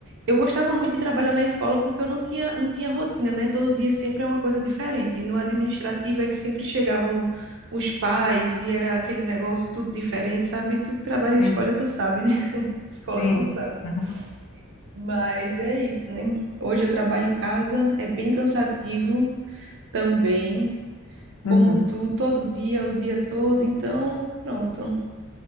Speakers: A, on the right; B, on the left.
A: Eu gostava muito de trabalhar na escola porque eu não tinha, não tinha rotina, né? Todo dia sempre é uma coisa diferente. E no administrativo é que sempre chegavam os pais e era aquele negócio tudo diferente, sabe? Tu que trabalha em
B: Sim,
A: escola, tu sabe, né? <laughs> Escola,
B: sim.
A: tu sabe.
B: Aham.
A: Mas é isso, né? Hoje eu trabalho em casa, é bem cansativo também, como
B: Uhum.
A: tu, todo dia, o dia todo, então, pronto.